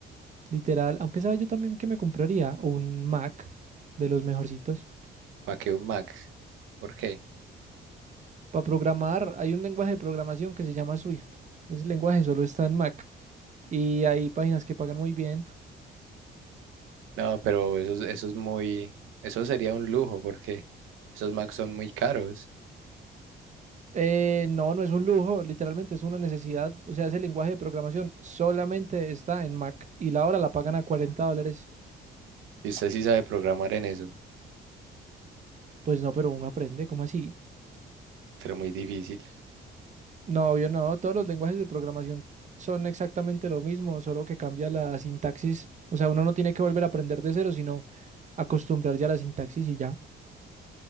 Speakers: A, on the right (about 35°); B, on the right (about 85°).
A: Literal, aunque sabe yo también que me compraría un Mac de los mejorcitos.
B: Para que un Mac. ¿Por qué?
A: Para programar hay un lenguaje de programación que se llama Swift. Ese lenguaje solo está en Mac y hay páginas que pagan muy bien
B: No, pero eso, es- eso es muy, eso sería un lujo porque esos Macs son muy caros.
A: Eh, no, no es un lujo, literalmente es una necesidad. O sea, ese lenguaje de programación solamente está en Mac y la hora la pagan a 40 dólares.
B: Y usted sí sabe programar en eso,
A: Pues no, pero uno aprende, ¿cómo así?
B: pero muy difícil.
A: No, obvio no, todos los lenguajes de programación son exactamente lo mismo, solo que cambia la sintaxis. O sea, uno no tiene que volver a aprender de cero, sino acostumbrarse a la sintaxis y ya.